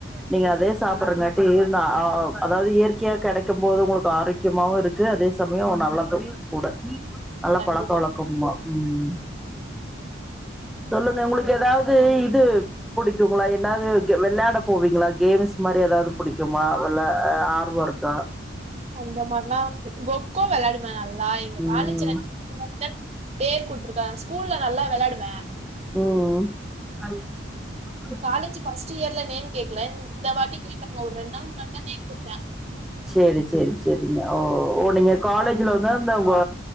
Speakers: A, in the centre; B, on the right.
A: நீங்க அதே சாப்பிறங்காட்டி இந்தா ஆ அதாவது இயற்கையா கெடைக்கு போது உங்களுக்கு ஆரோக்கி கியமாவு இருக்கு அதே சமயோ நல்லது கூட நல்லா
B: கண்டிப்பா
A: பழக்க வழக்க கம்மா ம் சொல்லுங்க உங்களுக்கு எதாவது இது புடிக்குங்களா எதாவது வெள்ளாட போவீங்களா கேம்ஸ் மாரி எதாவது புடிக்குமா வள்ள ஆர்வோயிருக்கா
B: அந்த மாரில்லா கொக்கோ வெளையாடுவே நல்லா எங்க
A: ம்
B: காலேஜ்ல <unintelligible> பேர் குடுத்துருக்க ஸ்கூல்ல நல்லா வெளாடுவே
A: ம் காலேஜ்ல <unintelligible>
B: காலேஜ்ஜூ ஃபஸ்ட் இயர்ல நேம் கேக்கல இந்த வாட்டி கேட்டாங்க ஒரு ரெண்டு நாள் முன்னாடிதா நேம் குடுத்த
A: சேரி சேரி செரி மா ஓ ஓ நீங்க காலேஜ்ல வந்தா அந்த ஒ